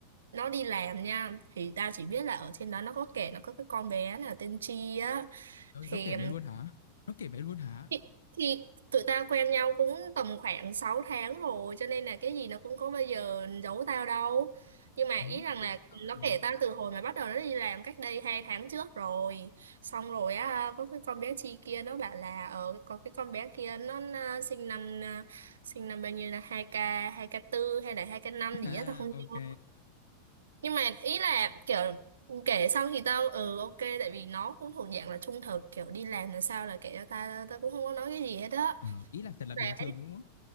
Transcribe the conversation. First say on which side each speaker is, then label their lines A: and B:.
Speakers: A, on the right; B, on the left.
A: nó đi làm nha thì tao chỉ biết là ở trên đó nó có kể nó có cái con bé là tên Chi á
B: trời
A: thì
B: ơi, nó kể mày luôn hả? Nó kể mày luôn hả?
A: thì, thì tụi tao quen nhau cũng tầm khoảng 6 tháng rồi cho nên là cái gì nó cũng có bây giờ giấu tao đâu nhưng mà
B: Ồ,
A: ý rằng
B: thế
A: là
B: tại sao lại...
A: nó kể
B: <laughs>
A: tao từ hồi mà bắt đầu nó đi làm cách đây hai tháng trước rồi xong rồi á có cái con bé Chi kia nó bảo là ở có cái con bé kia nó, nó sinh năm à, sinh năm bao nhiêu là hai k hai k tư hay là hai k năm
B: À,
A: gì á tao không
B: ok.
A: nhớ nhưng mà ý là kiểu kể xong thì tao ừ ok tại vì nó cũng thuộc dạng là trung thực kiểu đi làm là sao là kể cho tao tao cũng không có nói cái gì hết á
B: Ờ, ý là thật là
A: sẽ
B: bình thường đúng không?